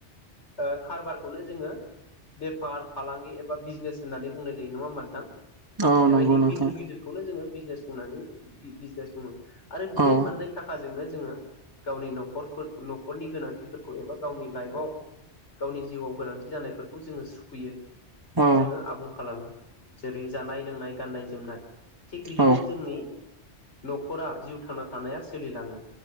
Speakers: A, on the left (about 80°); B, on the right (about 20°).
A: ओ कारबारखौनो जोङो बेफार फालांगि एबा बिजनेस होननानै बुंनाय जायो नङा होमा नोंथां?
B: औ
A: बेबायदि
B: नंगौ नोंथां
A: गिदिर गिदिरखौनो जोङो बिजनेस बुंनानै बिजनेस बुङो। आरो बे
B: औ
A: मोननाय थाखाजोंनो जोङो गावनि न'खरखौ न'खरनि गोनांथिफोरखौ एबा गावनि लाइफआव गावनि जिउआव गोनांथि जानायफोर खौ जोङो सुखयो।
B: औ
A: जोङो आबुं खालामो। जेरै जानाय लोंनाय, गाननाय जोमनाय। थिग बिदिनो
B: औ
A: जोंनि न'खरा जिउ थांना थानाया सोलिलाङो।